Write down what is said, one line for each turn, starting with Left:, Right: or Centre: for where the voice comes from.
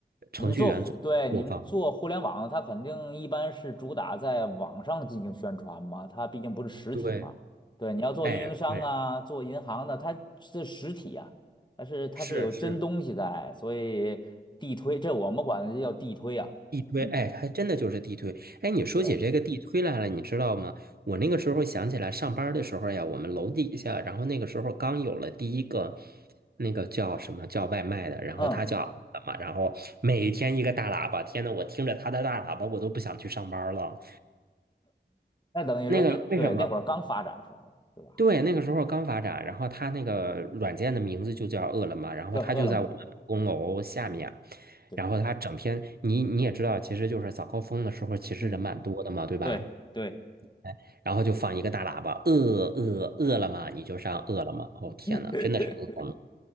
Right: 程序员做做方。
Left: 你们做互，对，你们做互联网的它肯定一般是主打在网上进行宣传嘛，它毕竟不是实体嘛。
Right: 对，
Left: 对，你要做运营商啊，
Right: 哎，对，
Left: 做银行的，它是实体啊，它是它是有真东西在，
Right: 是是。
Left: 所以地推，这我们管这叫地推啊。
Right: 地推，
Left: 嗯，
Right: 哎，还真的就是地推。哎，你说起这个地推来了，
Left: 对，
Right: 你知道吗？我那个时候想起来，上班儿的时候呀，我们楼底下，然后那个时候刚有了第一个那个叫什么叫外卖的，然后他叫什么，
Left: 嗯，
Right: 然后每天一个大喇叭，天呐，我听着他的大喇叭，我都不想去上班儿了。
Left: 那等于人家对那会儿刚发展时候，
Right: 那个为什么？
Left: 对吧？
Right: 对，那个时候刚发展，然后它那个软件的名字就叫饿了么，然后它就在我们的公楼下面，
Left: 叫饿了么，对，
Right: 然后它整天，你你也知道，其实就是早高峰的时候，其实人蛮多的嘛，
Left: 嗯，
Right: 对吧？
Left: 对对
Right: 哎，然后就放一个大喇叭，饿饿饿了么，你就上饿了么。哦，天呐，
Left: <laughs>
Right: 真的是饿了么